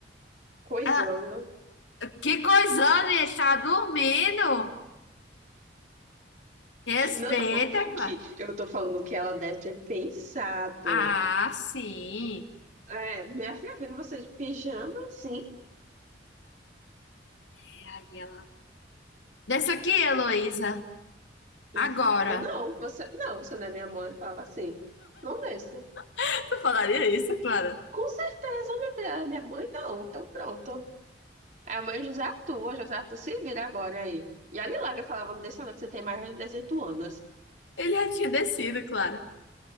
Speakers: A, on the right; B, on the left.
A: Coisando.
B: Ah, que coisando, ele está dormindo. Respeita,
A: Não, eu tô falando o
B: Clara.
A: que? Eu tô falando o que ela deve ter pensado.
B: Ah, sim.
A: É, Minha filha vendo você de pijama, sim.
B: É, aí ela. Desce aqui, Heloísa.
A: Eita,
B: Agora.
A: não, você não, você não é minha mãe. Falava assim. Não desça.
B: <laughs> Tu falaria isso, Clara?
A: Com certeza, minha filha, minha mãe não. Então pronto. É o meu José Arthur, José Arthur se vira agora aí. E olha lá que eu falava, não deixa não, que você tem mais de dezoito anos.
B: Ele já tinha descido, Clara.